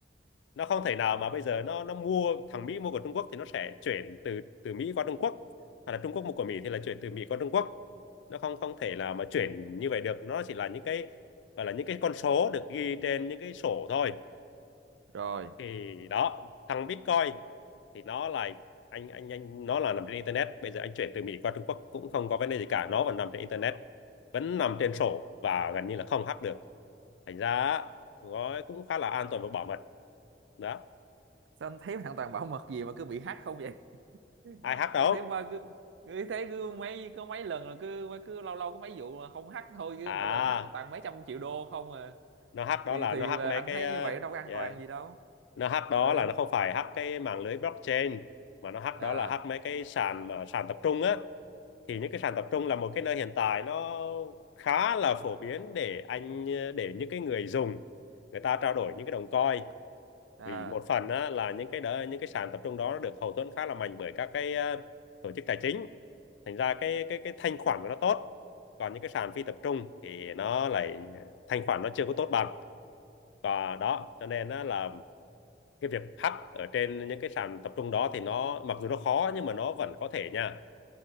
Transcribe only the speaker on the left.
nó không thể nào mà bây giờ nó nó mua thằng Mỹ mua của Trung Quốc thì nó sẽ chuyển từ từ Mỹ qua Trung Quốc hoặc là Trung Quốc mua của Mỹ thì là chuyển từ Mỹ qua Trung Quốc nó không không thể là mà chuyển như vậy được nó chỉ là những cái gọi là những cái con số được ghi trên những cái sổ thôi
thì đó thằng Bitcoin thì nó là anh anh anh nó là nằm trên internet bây giờ anh chuyển từ Mỹ qua Trung Quốc cũng không có vấn đề gì cả nó vẫn nằm trên internet vẫn nằm trên sổ và gần như là không hack được thành ra á, nó cũng khá là an toàn và bảo mật đó
ai hack
đâu
à
nó hack đó
là
nó hack
mấy
cái
ờ,
yeah,
nó hack đó
là nó không phải hack cái mạng lưới blockchain mà nó hack
đó là hack mấy cái sàn mà sàn tập trung á thì những cái sàn tập trung là một cái nơi hiện tại nó khá là phổ biến để anh để những cái người dùng người ta trao đổi những cái đồng coin
vì một phần á, là những cái đó những cái sàn tập trung đó nó được hậu thuẫn khá là mạnh bởi các cái ờ, tổ chức tài chính thành ra cái cái cái thanh khoản của nó tốt còn những cái sàn phi tập trung thì nó lại thanh khoản nó chưa có tốt bằng và đó cho nên á, là cái việc hack ở trên những cái sàn tập trung đó thì nó mặc dù nó khó nhưng mà nó vẫn có thể nha